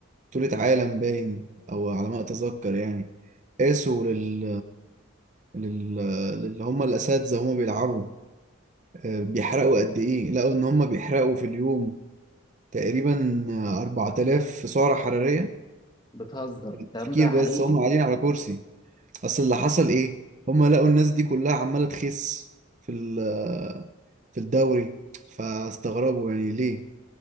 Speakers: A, on the right; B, on the left.
A: بطولة عالم باين او على ما اتذكر يعني قاسوا لل... لل... للي هم الاساتذة هم بيلعبوا آه، بيحرقوا قد إيه لقوا إن هم بيحرقوا في اليوم تقريبا آه، 4000 سعرة حرارية
B: بتهزر الكلام
A: تفكير
B: ده حقيقي
A: بس هم قاعدين على كرسي أصل اللي حصل إيه هم لقوا الناس دي كلها عمالة تخس في ال- آه، في الدوري فاستغربوا يعني ليه